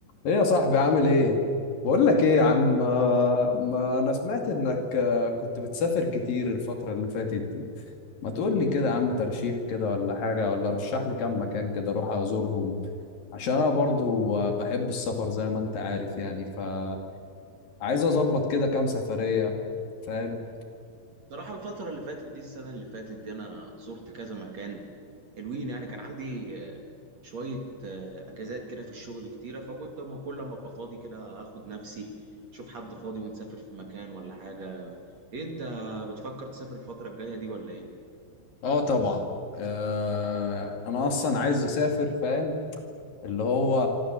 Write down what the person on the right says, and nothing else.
صراحة الفترة اللي فاتت دي السنة اللي فاتت دي أنا زرت كذا مكان حلوين يعني كان عندي آه، شوية آه، أجازات كده في الشغل كتيرة فكنت أما كل ما أبقى فاضي كده آخد نفسي أشوف حد فاضي ونسافر في مكان ولا حاجة إيه أنت بتفكر تسافر الفترة الجاية دي ولا إيه؟